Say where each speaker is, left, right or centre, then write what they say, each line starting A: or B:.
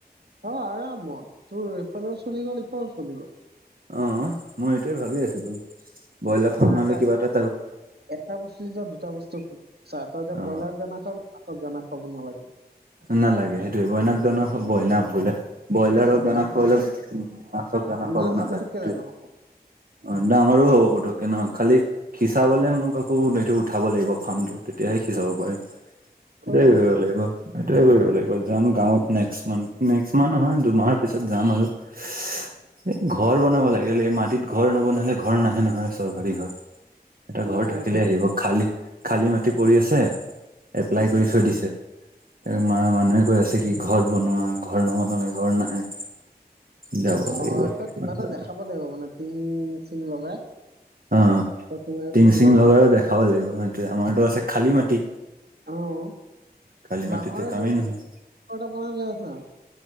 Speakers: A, on the right (about 75°); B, on the right (about 60°).
A: অঁ, আৰামত তোৰ এইফালেও চলি গ'ল, ইফালেও চলি গ'ল।
B: অঁ মই হেইটোৱে ভাবি আছিলো, ব্ৰইলাৰ ফাৰ্ম
A: না
B: নহলে
A: তাত
B: কিবা এটা তাৰো
A: এটা বস্তু যেতিয়া দুটা বস্তু, চা, তই এতিয়া
B: অ
A: ব্ৰইলাৰ দানা খুৱাব, পাছত দানা খুৱাব নালাগে।
B: নালাগে সেইটোৱে, বইনাক ধৰ ব্ৰইলাৰ বোলেে ব্ৰইলাৰত দানা
A: আহ
B: খোৱালে মাছক দানা খাব
A: মাছ
B: নালাগে
A: পুতুককে
B: সেইটোৱে।
A: ডাঙৰ হ'ব
B: অ', ডাঙৰো হ'ব পুতুককে ন' খালি খিচাবলে মোক <unintelligible> উঠাব লাগিব, ফাৰ্মটো। তেতিয়াহে সিছাব পাৰিম, সেইটোৱে
A: অ
B: কৰিব লাগিব। সেইটোৱে কৰিব লাগিব। যাম গাঁৱত, নেক্সট মান্থ, নেক্সট মান্থ নহয়, দুমাহৰ পিছত যাম আৰু। <unintelligible> এ, ঘৰ বনাব লাগে বোলে, এই মাটিত ঘৰ নবনালে ঘৰ নাহে নহয়, চৰকাৰী ঘৰ। এটা
A: অ
B: ঘৰ থাকিলে
A: সেই
B: আহিব। খালী, খালী মাটি পৰি আছে, এপ্লাই
A: উম
B: কৰি থৈ দিছে। মা, মানুহে কৈ আছে কি ঘৰ বনোৱা, ঘৰ নবনালে ঘৰ নাহে। যাব
A: অ',
B: লাগিব অ
A: তই কিবা এটা দেখাব লাগিব মানে, টিং চিং লগাই।
B: অ',
A: তই তুমি
B: টিং-চিং
A: বোলে কিবা এটা
B: লগাইও
A: দেখা
B: দেখাব লাগিব। সেইটোৱে, আমাৰতো আছে, খালী মাটি।
A: অ',
B: খালী মাটিতো
A: বাঁহৰে,
B: কামেই নহয়
A: এটা বনাই আছে।